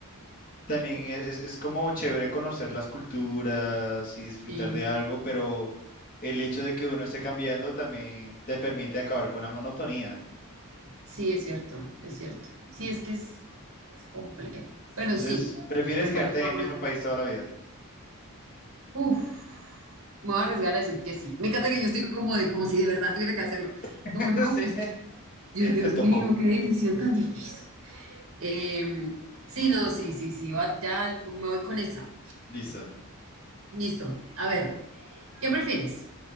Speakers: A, on the left; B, on the right.
A: también es, es- es como chévere conocer las culturas y disfrutar
B: sí.
A: de algo, pero el hecho de que uno esté cambiando también te permite acabar con la monotonía.
B: Sí, es cierto, es cierto. Sí, es que es, es complejo. Pero
A: Entonces,
B: sí,
A: ¿prefieres
B: me
A: quedarte
B: parece una
A: en el
B: buena.
A: mismo país toda la vida?
B: Uf, me voy a arriesgar a decir que sí. Me encanta que yo estoy como de, como si de verdad tuviera que hacerlo.
A: <laughs>
B: Como no,
A: Sí,
B: pues, Dios, Dios
A: te tocó.
B: mío, qué decisión tan difícil. Em, sí, no, sí, sí, sí, va- ya me voy con esa.
A: Lisa.
B: Listo. A ver, ¿qué prefieres?